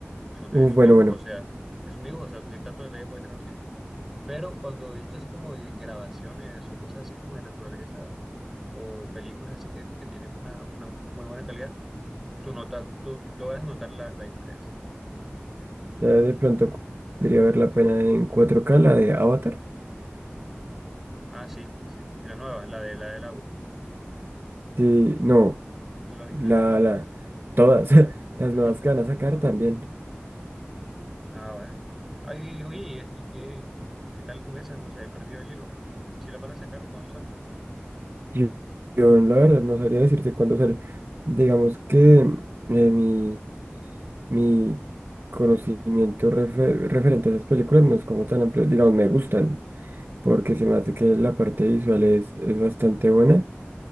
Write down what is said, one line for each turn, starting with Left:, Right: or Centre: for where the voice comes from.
Centre: son-
Right: uf,
Centre: es
Right: bueno,
Centre: un dibujo,
Right: bueno,
Centre: o sea, es un dibujo, o sea, que tanto detalle puede tener un dibujo. Pero cuando he visto así como de grabaciones o cosas así como de naturaleza o películas así que, que tienen una, una muy buena calidad, tú notas, tú logras notar la, la diferencia.
Right: ya de pronto cu- podría ver la pena en cuatro k la de Avatar.
Centre: Ah, sí, sí, sí, la nueva, la de la del agua,
Right: Sí, no,
Centre: o la original.
Right: la, la, todas, <laughs> las
Centre: <laughs>
Right: nuevas que van a sacar también.
Centre: Ah, vale. Uf. Ay, oye, ¿y, es- y qué, qué tal con esas? O sea, he perdido el hilo. ¿Si la van a sacar o cuándo sale?
Right: Yo, yo, la verdad no sabría decirte cuándo sale. Digamos que eh, mi, mi conocimiento refe- referente a esas películas no es como tan amplio. Digamos, me gustan, porque se me hace que la parte visual es, es bastante buena,